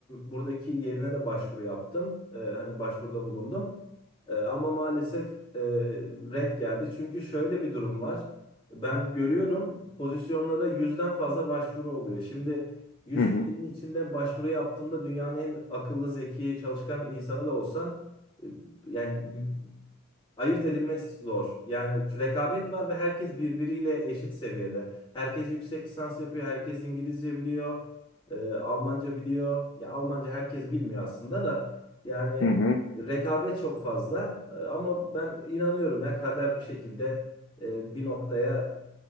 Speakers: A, on the left; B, on the left.
A: buradaki yerine de başvuru yaptım. E, hani başvuruda bulundum. E, ama maalesef e, red geldi. Çünkü şöyle bir durum var. Ben görüyorum pozisyonlara yüzden fazla başvuru oluyor. Şimdi yüz
B: Hı hı.
A: kişinin içinde başvuru yaptığında dünyanın en akıllı, zeki, çalışkan insanı da olsan e, yani ayırt edilmesi zor. Yani rekabet var ve herkes birbiriyle eşit seviyede. Herkes yüksek lisans yapıyor, herkes İngilizce biliyor, e, Almanca biliyor. Ya Almanca herkes bilmiyor aslında da yani
B: Hı hı.
A: rekabet çok fazla. E, ama ben inanıyorum ya kader bir şekilde e, bir noktaya